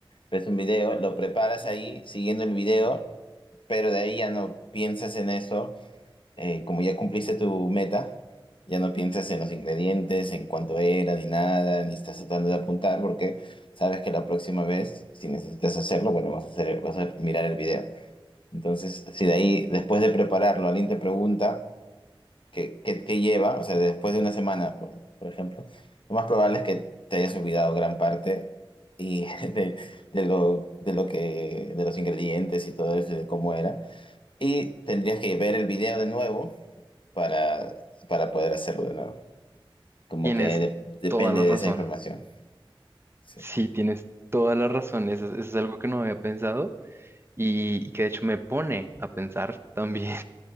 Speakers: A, on the left; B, on the right.
A: Ves un video, lo preparas ahí siguiendo el video, pero de ahí ya no piensas en eso. eh, como ya cumpliste tu meta, ya no piensas en los ingredientes, en cuánto era, ni nada, ni estás tratando de apuntar, porque sabes que la próxima vez, si necesitas hacerlo, bueno, vas a hacer, vas a mirar el video. Entonces, si de ahí, después de prepararlo, alguien te pregunta, que, que, que lleva, o sea, después de una semana, por, por ejemplo, lo más probable es que te hayas olvidado gran parte y <laughs> de, de lo, de lo que, de los ingredientes y todo eso, y de cómo era. Y tendrías que ver el video de nuevo para, para poder hacerlo de nuevo. Como
B: tienes
A: que de- depende
B: toda la razón.
A: de esa información. Sí.
B: Sí, tienes toda la razón. Eso, es eso es algo que no había pensado y y que de hecho me pone a pensar también.